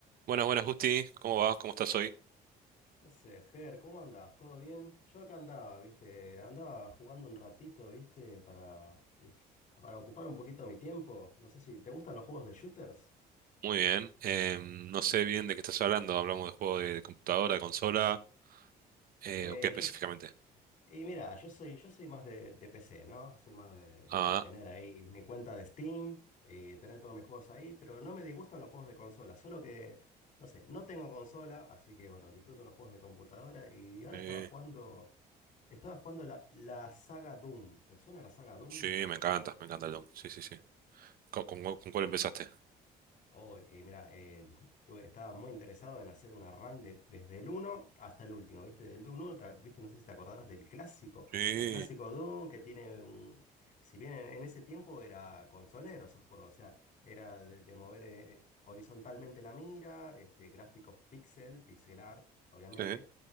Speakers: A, on the right; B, on the left.
A: Buenas, buenas, Justi. ¿Cómo vas? ¿Cómo estás hoy?
B: Ya sé, Ger, ¿cómo andás? ¿Todo bien? Yo acá andaba, ¿viste? Andaba jugando un ratito, ¿viste? Para, y- para ocupar un poquito mi tiempo. No sé si te gustan los juegos de shooters.
A: Muy bien. Eh, no sé bien de qué estás hablando. ¿Hablamos de juego de computadora, de consola? eh,
B: Eh,
A: ¿o qué específicamente?
B: yo s- y mira, yo soy, yo soy más de, de PC, ¿no? Soy más de,
A: Ah,
B: de tener ahí mi cuenta de Steam y tener todos mis juegos ahí, pero no me disgustan los juegos de consola, solo que, no sé, no tengo consola, así que bueno, disfruto los juegos de computadora y ahora
A: sí.
B: estaba jugando, estaba jugando la, la saga Doom. ¿Te suena la saga Doom?
A: Sí, me encanta, me encanta el Doom. Sí, sí, sí. ¿Con, con- con cuál empezaste?
B: Oh, eh, mira, eh, tuve- estaba muy interesado en hacer una run de- desde el uno hasta el último, ¿viste? Del 1, ta- ¿viste? No sé si te acordarás del clásico,
A: Sí,
B: el clásico Doom que tiene un... Si bien en, en ese tiempo era consolero ese juego, o sea, era de, de mover eh, horizontalmente la mira, este, gráficos pixel, pixel art, obviamente.
A: sí.